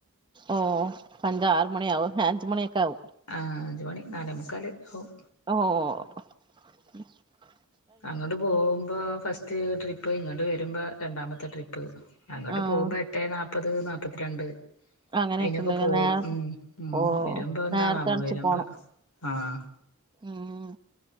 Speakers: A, on the right; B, on the left.
A: ഓഹ് അഞ്ച ആറ മണി ആക അഞ്ച മണിയൊക്കെ ആവും
B: ആഹ് അഞ്ച മണി നാല് മുക്കാൽ ആവും
A: ഓഹ്
B: അങ്ങോട്ട് പോകുമ്പോ ഫസ്റ്റ് ട്രിപ്പ് ഇങ്ങോട്ട് വരുമ്പോ രണ്ടാമത്തെ ട്രിപ്പ് അങ്ങോട്ട്
A: ആഹ്
B: പോകുമ്പോ എട്ടേ നാപ്പത് നാല്പത്തിരണ്ട്
A: അങ്ങനെയൊക്കെ
B: അയിനൊക്കെ
A: ഉണ്ടല്ലേ
B: പോവും
A: നേരത്തെ
B: ഉം ഉം
A: ഓ
B: വരുമ്പോ എന്താണവോ
A: നേരത്തെ എണീച്ച്
B: വരുമ്പോ
A: പോണം
B: ആഹ്
A: ഉം